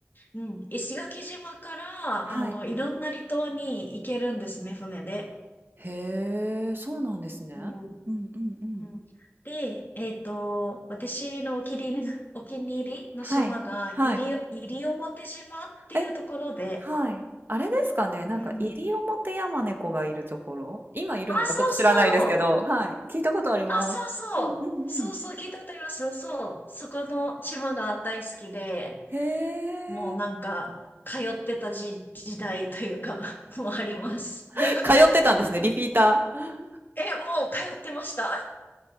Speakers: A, on the left; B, on the right.
A: うん、石垣島から、
B: はい。
A: あの、いろんな離島に行けるんですね、船で。
B: へえ、そうなんですね。
A: うん。
B: うんうんうん。
A: うんで、えっと、私のお気に入りの、<laughs> お気に入りの島が、
B: はい、はい。
A: 西西表島っていうところで、
B: え、はい。あれですかね、なんか、
A: うんうん。
B: 入表オモヤマネコがいるところ今いるのかちょっと知らないですけど、
A: あ、そうそう。
B: はい。聞いたことあります。
A: あ、そうそう。
B: うんうんうん。
A: そうそう、聞いたことあります。そう。そこの島が大好きで、
B: へえ。
A: もうなんか、通ってた時、時代というか、<laughs> もうあります。<laughs>
B: <laughs> 通ってたんですね、リピーター。
A: え、もう通ってました。